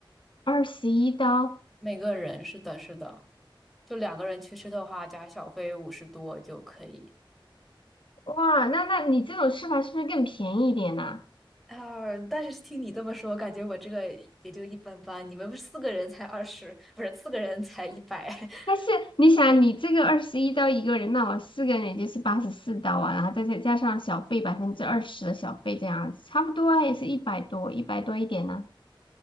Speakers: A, on the left; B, in the centre.
A: 二十一刀，
B: 每个人，是的，是的，就两个人去吃的话，加小费五十多就可以。
A: 哇，那那你这种吃法是不是更便宜一点呢、
B: 啊，但是听你这么说，感觉我这个也就一般般。你们不是四个人才二十，不是四个人才一百。<laughs>
A: 但是你想，你这个二十一刀一个人，那我四个人也就是八十四刀啊，然后再再加上小费百分之二十的小费这样子，差不多啊，也是一百多，一百多一点呢、